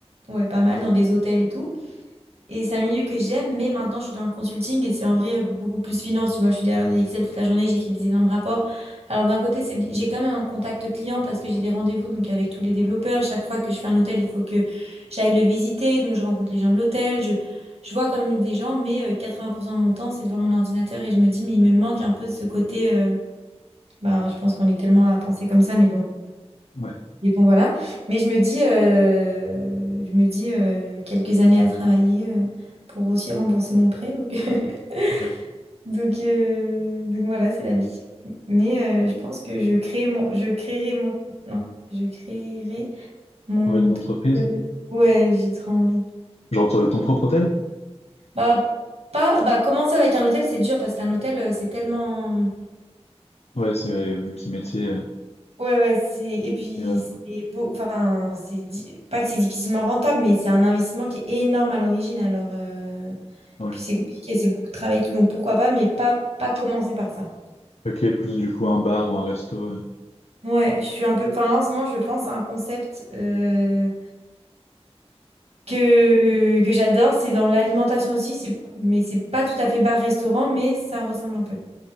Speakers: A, on the right; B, on the left.
A: ouais, pas mal, dans des hôtels et tout. Et c'est un milieu que j'aime, mais maintenant je suis dans le consulting et c'est en vrai euh, beaucoup plus finance. Tu vois, je suis derrière des Excel toute la journée, j'écris des énormes rapports. Alors d'un côté, c'est bi- j'ai quand même un contact client parce que j'ai des rendez-vous donc avec tous les développeurs. Chaque fois que je fais un hôtel, il faut que j'aille le visiter, donc je rencontre les gens de l'hôtel, je je vois comme des gens, mais euh, 80% de mon temps c'est devant mon ordinateur et je me dis mais il me manque un peu ce côté. euh, Ben, je pense qu'on est tellement à penser comme ça, mais bon.
B: Ouais,
A: Mais bon, voilà. Mais je me dis, euh, je me dis euh, quelques années à travailler euh, pour aussi rembourser mon prêt. Donc, <laughs>
B: ouais.
A: donc, euh, donc voilà, c'est la vie. Mais euh, je pense que je crée mon, je créerai mon, non, je créerai mon.
B: Ouais, ton entreprise.
A: Euh, ouais, j'ai trop envie.
B: Genre ton, ton propre hôtel?
A: Bah, pas, bah, commencer avec un hôtel, c'est dur parce qu'un hôtel, euh, c'est tellement.
B: Ouais, c'est euh, multimétier. euh,
A: Ouais, ouais, c'est, et puis,
B: et, euh, ouais.
A: c'est beau, enfin, c'est, di- pas que c'est difficilement rentable, mais c'est un investissement qui est énorme à l'origine, alors, euh,
B: ouais.
A: puis c'est compliqué, c'est beaucoup de travail et tout, donc pourquoi pas, mais pas, pas commencer par ça.
B: Ok, plus du coup un bar ou un resto. euh,
A: Ouais, je suis un peu, enfin, là, en ce moment, je pense à un concept, euh, que, que j'adore, c'est dans l'alimentation aussi, c'est, mais c'est pas tout à fait bar-restaurant, mais ça ressemble un peu.